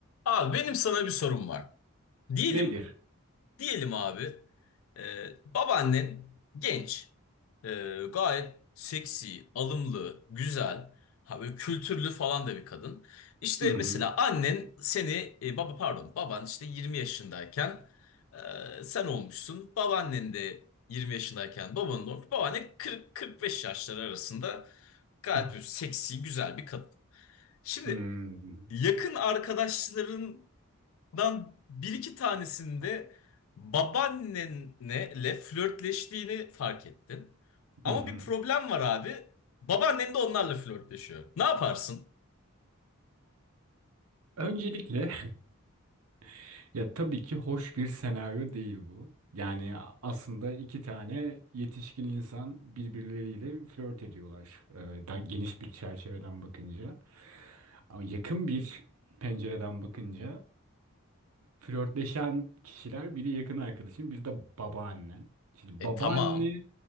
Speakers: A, on the left (about 65°); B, on the right (about 80°).
A: Abi benim sana bir sorum var. Diyelim,
B: Nedir?
A: diyelim abi, e, babaannen genç, e, gayet seksi, alımlı, güzel, ha böyle kültürlü falan da bir kadın. İşte
B: Hı hı.
A: mesela annen seni, e, baba pardon, baban işte 20 yaşındayken e, sen olmuşsun. Babaannen de 20 yaşındayken babanın da olmuş. Babaanne 40-45 yaşları arasında gayet
B: <laughs>
A: bir seksi, güzel bir kadın. Şimdi
B: Hı hı.
A: yakın arkadaşların ben bir iki tanesinde babaannenle flörtleştiğini fark ettin. Ama
B: Hı
A: bir problem var abi. Babaannen de onlarla flörtleşiyor. Ne yaparsın?
B: Öncelikle <laughs> ya tabii ki hoş bir senaryo değil bu. Yani aslında iki tane yetişkin insan birbirleriyle flört ediyorlar. Ee, daha geniş bir çerçeveden bakınca. Ama yakın bir pencereden bakınca flörtleşen kişiler biri yakın arkadaşın, biri de babaannen. Şimdi
A: E
B: babaanne
A: tamam.